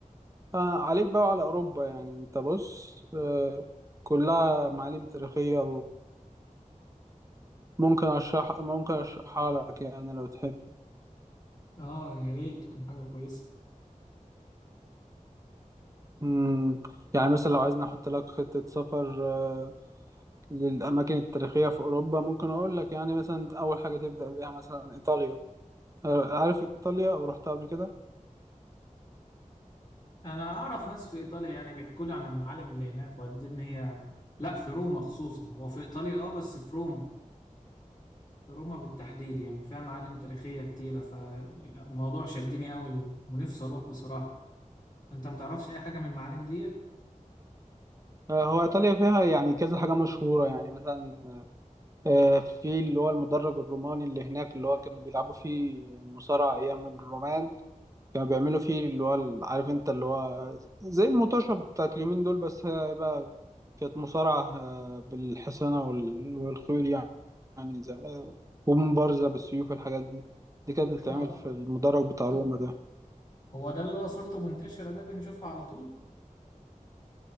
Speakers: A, on the right (about 25°); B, on the left (about 30°).
A: آه، عليك بقى على اوروبا يعني انت بص آه، كلها معالم تاريخية وممكن اشرح ممكن اشرحها لك يعني لو تحب
B: اه يا ريت تكون حاجة كويسة
A: مم. يعني مثلا لو عايزني احط لك خطة سفر آه، للأماكن التاريخية في أوروبا ممكن أقول لك يعني مثلا أول حاجة تبدأ بيها مثلا إيطاليا آه، عارف إيطاليا أو رحتها قبل كده
B: انا اعرف ناس في ايطاليا يعني بيحكوا لي عن المعالم اللي هناك وقد إيه ان هي لا في روما خصوصا هو في ايطاليا اه بس في روما في روما بالتحديد يعني فيها معالم تاريخية كتيرة فالموضوع شدني قوي ونفسي اروح بصراحة انت متعرفش اي حاجة من المعالم دي
A: آه، هو إيطاليا فيها يعني كذا حاجة مشهورة يعني مثلا آه، في اللي هو المدرج الروماني اللي هناك اللي هو كانوا بيلعبوا فيه مصارعة أيام الرومان كانوا بيعملوا فيه اللي هو ال- عارف انت اللي هو زي المطاشه بتاعت اليومين دول بس هي بقى كانت مصارعه آه، بالحصانه وال- والخيول يعني يعني زي آه، ومبارزه بالسيوف الحاجات دي دي كانت بتتعمل
B: اه
A: في المدرج بتاع روما ده
B: هو ده اللي هو صورته منتشرة ده بنشوفها على طول